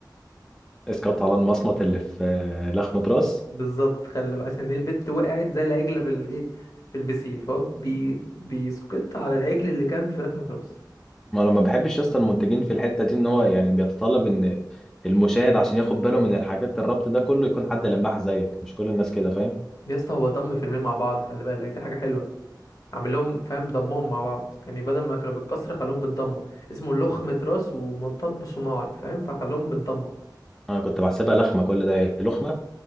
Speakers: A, in the centre; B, on the left (about 50°).
A: اسقاط على المصمت اللي في آه، لخمة راس
B: بالظبط خلي بالك عشان ايه البت وقعت زي العجله في الايه في البسين فهو بي بيسقط على العجل اللي كان في لحمه راس
A: ما انا ما بحبش اصلا المنتجين في الحته دي ان هو يعني بيتطلب ان المشاهد عشان ياخد باله من الحاجات الربط ده كله يكون حد لماح زيك مش كل الناس كده فاهم
B: يا اسطى هو ضم فيلمين مع بعض خلي بالك دي حاجه حلوه اعمل لهم فاهم ضمهم مع بعض يعني بدل ما كانوا بالكسر خلوهم بالضمه اسمه لخمة راس ومطب صناعي فاهم فخلوهم بالضمه
A: انا كنت بحسبها لخمه كل ده لخمه